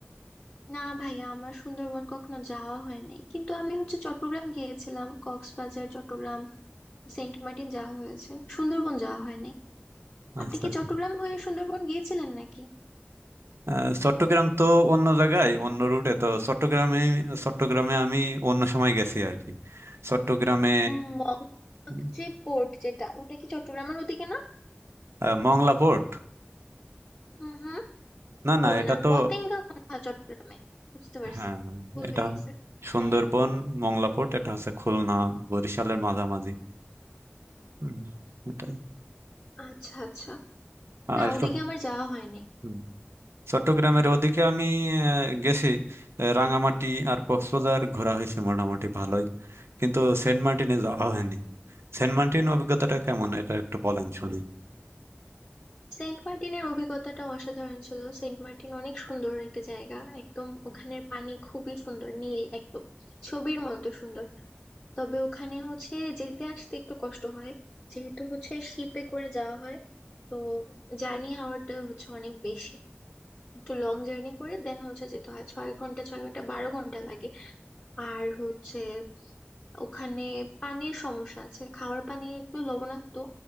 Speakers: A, on the left (about 25°); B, on the right (about 85°).
A: না ভাইয়া আমার সুন্দরবন কখনো যাওয়া হয় নাই কিন্তু আমি হচ্ছে চট্টগ্রাম গিয়েছিলাম কক্সবাজার চট্টগ্রাম সেন্ট মার্টিন যাওয়া হয়েছে সুন্দরবন যাওয়া হয় নাই
B: আচ্ছা
A: আপনি কি
B: আচ্ছা।
A: চট্টগ্রাম হয়ে সুন্দরবন গিয়েছিলেন নাকি
B: আহ, চট্টগ্রাম তো অন্য জায়গায় অন্য রুটে তো চট্টগ্রামে চট্টগ্রামে আমি অন্য সময় গেছি আর কি চট্টগ্রামে
A: উম, মগ
B: উম,
A: যে পোর্ট যেটা ওটা কি চট্টগ্রামের ওদিকে না
B: আহ, মংলা পোর্ট
A: হুম হুম
B: না না
A: ও
B: এটা
A: না
B: তো
A: পতেঙ্গা মনে হয় চট্টগ্রামে বুঝতে পারছি
B: হ্যাঁ
A: ভুল
B: এটা
A: হয়ে গেছে
B: সুন্দরবন
A: হ্যাঁ
B: মংলা পোর্ট এটা হচ্ছে খুলনা বরিশালের মাঝামাঝি হুম, এটাই
A: আচ্ছা আচ্ছা
B: আর
A: না ওদিকে
B: চ-
A: আমার যাওয়া হয়নি
B: হুম। চট্টগ্রামের ওদিকে আমি আহ, গেছি আহ, রাঙামাটি আর কক্সবাজার ঘোরা হয়েছে মোটামুটি ভালোই কিন্তু সেন্ট মার্টিনে যাওয়া হয়নি সেন্ট মার্টিন অভিজ্ঞতাটা কেমন এটা একটু বলেন শুনি
A: সেন্ট মার্টিনের অভিজ্ঞতাটা অসাধারণ ছিল সেন্ট মার্টিন অনেক সুন্দর একটা জায়গা একদম ওখানের পানি খুবই সুন্দর নীল একদম ছবির মতো সুন্দর তবে ওখানে হচ্ছে যেতে আসতে একটু কষ্ট হয় যেহেতু হচ্ছে শিপে করে যাওয়া হয় তো জার্নি আওয়ারটা হচ্ছে অনেক বেশি একটু লং জার্নি করে দেন হচ্ছে যেতে হয় ছয় ঘন্টা ছয় ঘন্টা বারো ঘন্টা লাগে আর হচ্ছে ওখানে পানির সমস্যা আছে খাওয়ার পানি একটু লবণাক্ত